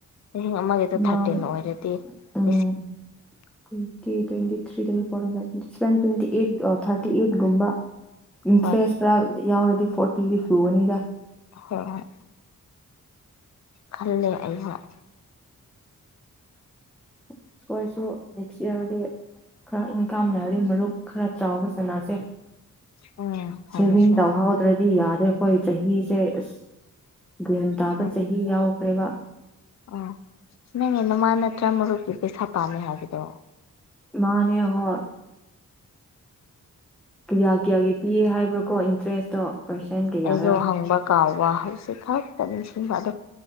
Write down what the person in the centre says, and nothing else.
ꯅꯪ
ꯎꯝ
ꯇ꯭ꯋꯦꯟꯇꯤ ꯇ꯭ꯋꯦꯟꯤ꯭ꯔꯤ ꯐ꯭ꯋ ꯇ꯭ꯋꯦꯟꯇꯤ ꯑꯩꯠ ꯊꯥꯔꯇꯤ ꯑꯩꯠꯨꯝꯕ ꯏꯟꯇꯔꯦꯁ
ꯈꯔ ꯌꯥꯎꯔꯗꯤ ꯐꯣꯔꯇꯤꯗꯤ ꯁꯨꯒꯅꯤꯗ
ꯑꯩꯈꯣꯏꯁꯨ ꯅꯦꯛꯁ ꯏꯌꯥꯔꯗꯤ ꯈꯔ ꯏꯪꯀꯥꯝꯅꯔꯤ ꯃꯔꯨꯞ ꯈꯔ ꯆꯥꯎꯕ ꯆꯅꯥꯁꯦ
ꯁꯦꯚꯤꯡ ꯇꯧꯍꯧꯗ꯭ꯔꯗꯤ ꯌꯥꯔꯣꯏ ꯑꯩꯈꯣꯏ ꯆꯍꯤꯁꯦ ꯑꯁ ꯒ꯭ꯌꯥꯟ ꯇꯥꯕ
ꯆꯍꯤ ꯌꯥꯎꯈ꯭ꯔꯦꯕ
ꯃꯥꯅꯦ ꯍꯣ ꯄꯨꯌꯥ ꯀꯌꯥꯒꯤ ꯄꯤꯔꯦ ꯍꯥꯏꯕ꯭ꯔꯥꯀꯣ ꯏꯟꯇꯔꯦꯁꯇꯣ ꯄꯥꯔꯁꯦꯟ ꯀꯌꯥꯔꯥ